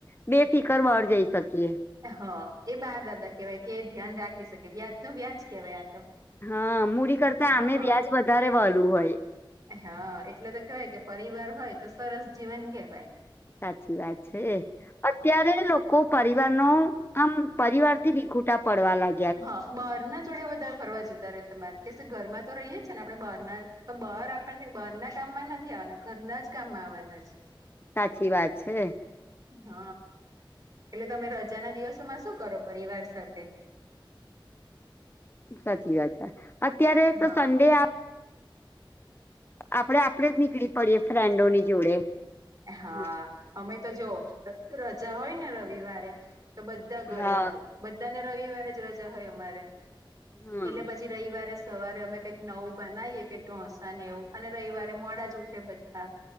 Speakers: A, on the left (about 25°); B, on the right (about 45°).
A: બે ફિકર બાર જે શકીએ
B: હ એ બા દાદા કેવાય કે ધ્યાન રાખી શકે વ્યાજ નુ વ્યાજ કેવાય આ તો
A: હ મૂડી કરતા આમે
B: હા
A: વ્યાજ વધારે વાલુ હોય
B: હા એટલે તો કેવાય કે પરિવાર હોય તો સરસ જીવન કેહેવાય
A: સાચી વાત છે, અત્યારે લો કો પરિવારનો આમ પરિવાર થી વિખુટા પડવા લા
B: હ બારના જ જોડે વધારે ફરવા જતા રે તમારે કશે ઘરમાં તો રહીએ છે, ને આપડે બહારના બાર પણ બહારના કામમાં નથી આવવાના ઘરના જ કામ આવવાના છે.
A: સાચી વાત છે.
B: હ એટલે તમે રજાના દિવસોમાં શું કરો પરિવાર સાથે
A: સાચી વાત છે, અત્યારે
B: હા
A: તો સડે આ આપડે આપડે જ નીકળી પડીએ ફ્રેન્ડોની જોડે હમ
B: હા અમે તો જોઓ રજા હોય ને રવિવારે તો બધા ઘરે
A: હા
B: હોય બધાને રવિવાર જ રજા હોય અમારે
A: હમ
B: એટલે પછી રયવારે સવારે અમે કઈક નવું બનાવીએ કે ઢોસા નેવું અને રવિવા મોડા જ ઉઠે બધા